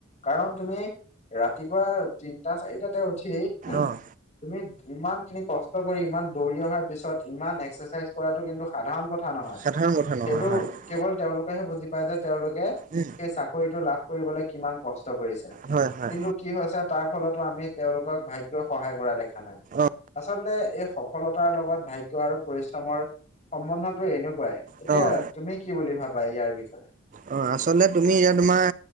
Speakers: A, on the left (about 35°); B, on the right (about 40°).
A: কাৰণ তুমি। ৰাতিপুৱা তিনটা চাৰিটাতে উঠি
B: অ',
A: তুমি ইমান খিনি কষ্ট কৰি ইমান দৌৰি অহাৰ পিছত ইমান এক্সাৰচাইজ কৰাটো কিন্তু সাধাৰণ কথা নহয়।
B: সাধাৰণ কথা নহয়,
A: সেইটো
B: হয়।
A: কেৱল তেওঁলোকেহে বুজি পাই যে তেওঁলোক
B: উম,
A: সেই চাকৰিটো লাভ কৰিবলৈ কিমান কষ্ট কৰিছে।
B: হয় হয়।
A: কিন্তু কি হৈছে তাৰ ফলতো আমি তেওঁলোকক ভাগ্যই সহায় কৰা দেখা নাই।
B: অ'।
A: আচলতে এই সফলতাৰ লগত ভাগ্য আৰু পৰিশ্ৰমৰ সম্বন্ধটো এনেকুৱাই। এতিয়া
B: অ',
A: তুমি কি বুলি ভাবা ইয়াৰ বিষয়ে?
B: অ আচলতে তুমি এতিয়া তোমাৰ,